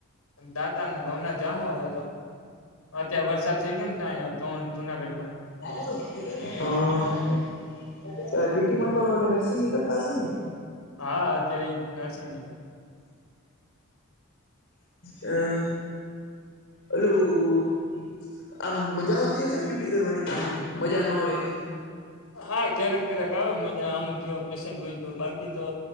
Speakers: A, on the left; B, on the left.
A: દાતાને ભાવના જામો હો તો અત્યારે વરસાદ થઇ ગયો ને જુનાગઢ માં
B: હ ડ્યુટી માં તો નર્સિંગ નીકળતા હશે ને
A: હા અત્યારે નરસિંહ ની
B: હા હલું આમ મજા આવતી હશે ને ડ્યુટી કરવાની કેમ મજા ન આવેય
A: હા ક્યારેક ક્યારેક આવે મજા અમુક એવા પેશન્ટ હોય તો બાકી તો